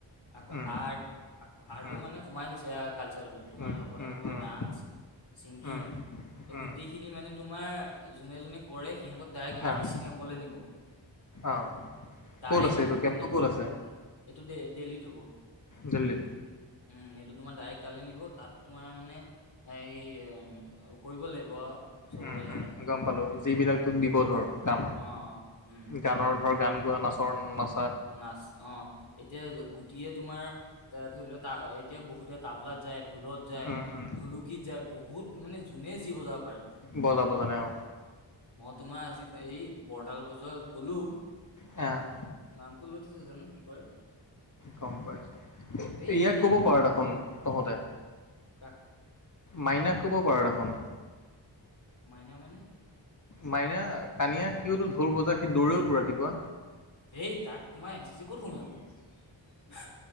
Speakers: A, on the left; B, on the left.
A: আকৌ
B: উম,
A: আৰ্ট আ আৰ্টো
B: উম।
A: মানে সোমাই গৈছে কালচাৰেলত তোমাৰ
B: উম,
A: লগত
B: উম,
A: আকৌ
B: উম,
A: ডান্স ছিংগিং
B: উম,
A: এই
B: উম,
A: গোটেইখিনি মানে তোমাৰ যোনে যোনে কৰে সিহঁতক ডাইৰেক্ট আৰ
B: অ',
A: ডি চি কেম্পলৈ নিব।
B: অ',
A: ডাইৰেক্ট
B: ক'ত আছে
A: নিব
B: এইটো কেমক
A: মানে
B: ক'ত আছে।
A: এইটো দে দেল্লীত হ'ব।
B: দিল্লী।
A: উম, এইটো তোমাৰ ডাইৰেক্ট তালৈ নিব তাত তোমাৰ মানে এই কৰিব লাগিব। চবকে
B: উম,
A: দেখাই
B: উম, গম পালো যিবিলাক তোক দিব ধৰ কাম।
A: অ অ উম
B: গানৰ ধৰ গান গোৱা নাচৰ নাচ
A: নাচ অ'। এতিয়া গুটিয়ে তোমাৰ এ ধৰি লোৱা ত এতিয়া বহুতে তাবলাত যায় ঢোলত যায়
B: উম উম
A: ঢুলুকিত যায় বহুত মানে যোনে যি বজাব পাৰে।
B: বজা বজা নে অ'।
A: মই তোমাৰ আজি এই বৰৰতাল বজাৰাত গ'লো।
B: অ'
A: নামটো লৈ থৈছে জানো কি কৰে।
B: গম পাইছো।
A: এই
B: ইয়াক
A: মানে
B: ক'ব
A: ইমান
B: পাৰ দেখোন তহঁতে
A: কাক?
B: মাইনাক ক'ব পাৰ দেখোন।
A: মাইনা মানে?
B: মাইনা কানিয়া সিওতো ঢোল বজা সি দৌৰেওতো ৰাতিপুৱা।
A: হেই তাক তোমাৰ এন চি চি ক'ত সুমিয়াব